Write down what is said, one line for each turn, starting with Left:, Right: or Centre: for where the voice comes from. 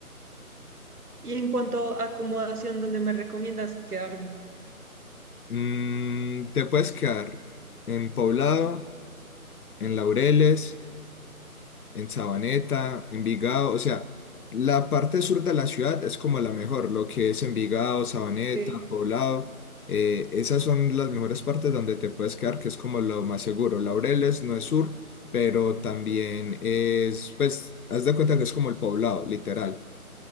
Right: Y en cuanto a acomodación, ¿dónde me recomiendas quedarme?
Left: Mm, te puedes quedar en Poblado, en Laureles, en Sabaneta, Envigado, o sea, la parte sur de la ciudad es como la mejor, lo que es Envigado, Sabaneta,
Right: Ok,
Left: Poblado, eh, esas son las mejores partes donde te puedes quedar, que es como lo más seguro. Laureles no es sur, pero también es, pues, haz de cuenta que es como el Poblado, literal,